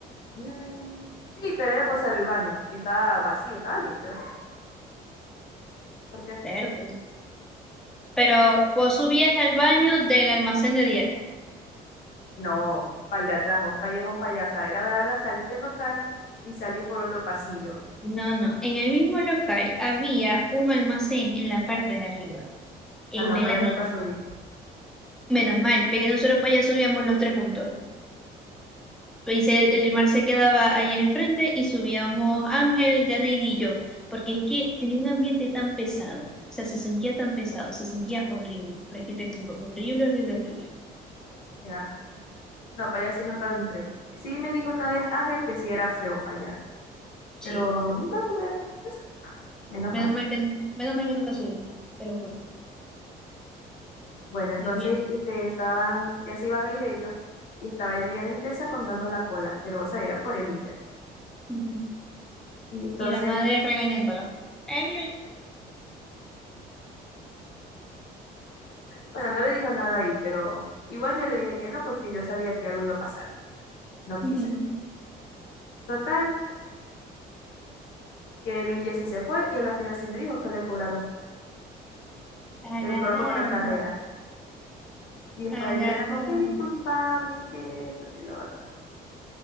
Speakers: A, on the left (about 80°); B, in the centre.
A: mm, sí, pero era para usar el baño y estaba vacío, estaba limpio. ¿Por qué?
B: Cierto. Pero vos subías al baño del almacén de Dier.
A: No, para el de atrás, para un callejón para allá, o sea, era darla salir del local y salir por otro pasillo.
B: No, no. En el mismo local había un almacén en la parte de arriba. Ey,
A: Ah, no,
B: Melanie.
A: para allá nunca subí.
B: Menos mal, porque nosotros para allá subíamos los tres juntos. Pues el, el mar se quedaba ahí en el frente y subíamos Ángel, Janeid y yo. Porque es que tenía un ambiente tan pesado. O sea, se sentía tan pesado, se sentía horrible. Pero es que te juro, horrible, horrible, horrible.
A: Ya. No, para allá sí nunca entré. Sí me dijo una vez Ángel que sí era feo para allá,
B: Sí.
A: pero nunca tuve, no sé, menos
B: Menos
A: mal.
B: mal que, menos mal que no pasó esto, te lo juro.
A: Bueno, entonces
B: Dios mío.
A: este, estaban, ya se iban a ir ellos y estaba Liliana intensa contando la cola, pero vos sabés, era por el Inder.
B: Ujú.
A: Y entonces,
B: Y la madre regañándola. Eh,
A: bueno, no le dijo nada ahí, pero igual yo le dije que no porque yo sabía que algo iba a pasar. No quise.
B: Ujú.
A: Total, que el Inder sí se fue y a la final sí me dijo que le cobraron,
B: A
A: que le
B: la
A: cobró
B: radio,
A: como la carrera. Y después
B: a
A: a Liliana como que discúlpame, que esto, que lo otro.